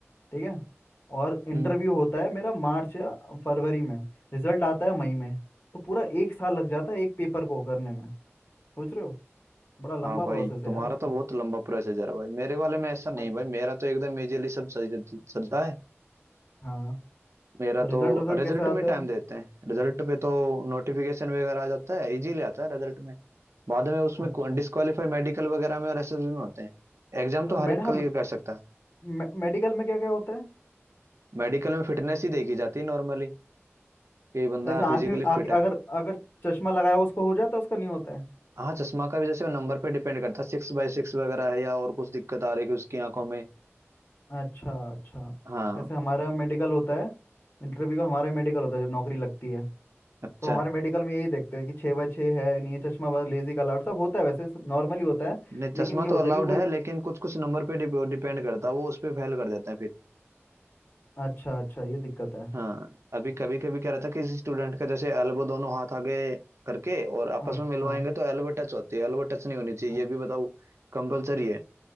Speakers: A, on the left (about 50°); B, on the right (about 75°).
A: ठीक है और इंटरव्यू
B: हम्म
A: होता है मेरा मार्च या फरवरी में रिजल्ट आता है मई में तो पूरा एक साल लग जाता है एक पेपर को करने में सोच रहे हो बड़ा लंबा
B: हाँ भाई
A: प्रोसेस
B: तुम्हारा
A: है यार इसका
B: तो बहुत लंबा प्रोसीजर है भाई मेरे वाले में ऐसा नहीं
A: मत
B: भाई मेरा तो एकदम इजीली सब सही चलता है
A: हाँ
B: मेरा
A: और रिजल्ट
B: तो
A: रिजल्ट
B: रिजल्ट
A: कैसे आता
B: में टाइम
A: है
B: देते हैं रिजल्ट पे तो नोटिफिकेशन वगैरह आ जाता है इजीली आता है रिजल्ट में बाद में उसमें
A: अच्छा
B: डिस्क्वालीफाई मेडिकल वगैरह में और एसएसबी में होते हैं एग्जाम तो
A: अब
B: हर
A: मेड
B: एक
A: हाँ
B: क्लियर कर सकता है
A: मे, मेडिकल में क्या क्या होता है
B: मेडिकल में फिटनेस ही देखी जाती है नॉर्मली कि बंदा
A: जैसे आंखें
B: फिजिकली
A: आंखें
B: फिट है
A: अगर अगर चश्मा लगाया उसको हो जाता है उसका नहीं होता है
B: हाँ चश्मा का भी जैसे नंबर पे डिपेंड करता है सिक्स बाय सिक्स वगैरह है या और कुछ दिक्कत आ रही है उसकी आंखों में
A: अच्छा अच्छा
B: हाँ
A: जैसे हमारा मेडिकल होता है इंटरव्यू का हमारा मेडिकल होता है जब नौकरी लगती है
B: अच्छा
A: तो हमारे मेडिकल में यही देखते हैं कि छः बाय छः है नहीं ये चश्मा वाला लेजी का अलर्ट सब होता है वैसे सब नॉर्मली होता है
B: नहीं
A: लेकिन
B: चश्मा
A: ये होता
B: तो अलाउड
A: है कि कोई
B: है लेकिन कुछ कुछ नंबर पे डिप, डिपेंड करता है वो उस पे फेल कर देते हैं फिर
A: अच्छा अच्छा ये दिक्कत है
B: हाँ अभी कभी कभी क्या रहता है किसी स्टूडेंट का जैसे एल्बो दोनों हाथ आगे करके और आपस
A: हाँ
B: में मिलवाएंगे
A: हाँ
B: तो एल्बो टच होती है एल्बो टच नहीं होनी चाहिए
A: हाँ
B: ये भी बताओ कंपलसरी है